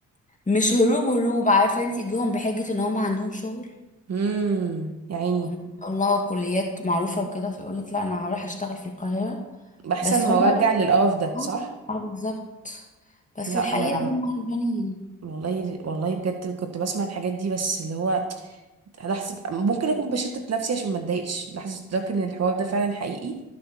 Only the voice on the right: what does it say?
امم يا عيني
بحسن
ما
ارجع للقرف ده
صح
لا
انا
والله والله بجد كنت بسمع الحاجات دي بس اللي هو لحظه ممكن اكون بشتت نفسي عشان ما اتضايقش لحظه ادرك ان الحوار ده فعلا حقيقي